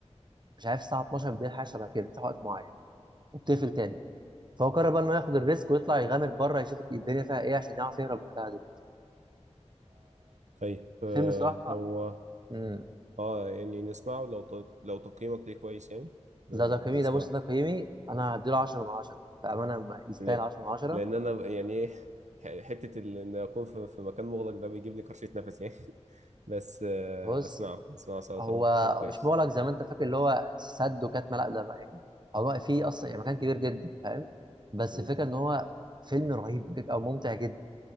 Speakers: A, on the right (about 40°); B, on the right (about 80°).
A: مش عارف الساعه 12 بالليل حاجه شبه كده بتفتح وقت معين وبتقفل تاني فهو قرر بقى انه ياخد الريسك ويطلع يغامر بره يشوف الدنيا فيها ايه عشان يعرف يهرب من المتاهه دي
B: طيب
A: فالفيلم
B: آه
A: الصراحه
B: هو
A: امم
B: اه يعني نسمعه لو ت... لو تقييمك ليه كويس يعني
A: ده
B: آه
A: تقييمي
B: نسمعه
A: ده بص ده تقييمي انا هديله 10 من 10 بامانه ما- يستاهل
B: لأن...
A: 10 من 10
B: لان انا ب- يعني ايه <laughs> حته ال- ان اكون في... في مكان مغلق ده بيجيب لي كرشه نفس يعني <laughs> بس آه
A: بص
B: اسمعه اسمعه سوا
A: هو
B: طالما تقييم كويس
A: مش مغلق زي ما انت فاكر اللي هو سد وكاتمه لا ده يعني هو في اصلا يعني مكان كبير جدا فاهم بس
B: امم
A: الفكره ان هو فيلم رهيب بيبقى ممتع جدا